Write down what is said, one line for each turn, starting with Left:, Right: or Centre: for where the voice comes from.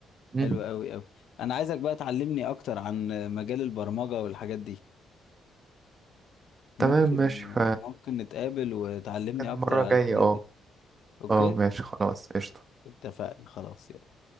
Right: مم.
Left: حلو قوي قوي انا عايزك بقى تعلمني اكتر عن مجال البرمجة والحاجات دي ممكن
Right: تمام ماشي ف
Left: ممكن نتقابل وتعلمني
Right: كان
Left: اكتر
Right: مرة
Left: على
Right: جاية
Left: الحاجات
Right: اه
Left: دي اوكي
Right: اه ماشي خلاص قشطة
Left: اتفقنا خلاص يلا